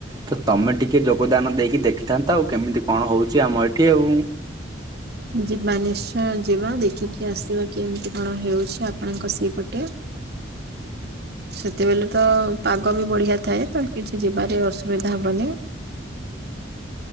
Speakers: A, on the right; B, on the right.
A: ତ ତମେ ଟିକେ ଯୋଗଦାନ ଦେଇକି ଦେଖିଥାନ୍ତ ଆଉ କେମିତି କଣ ହଉଚି ଆମ ଏଠି ଆଉ
B: ଯିବା ନିଶ୍ଚୟ ଯିବା ଦେଖିକି ଆସିବା କେମତି କଣ ହେଉଚି ଆପଣଙ୍କ ସେଇପଟେ
A: <inaudible>
B: ସେତେବେଲେ ତ ପାଗ ବି ବଢିଆ ଥାଏ ତ କିଛି ଯିବାରେ ଅସୁବିଧା ହବନି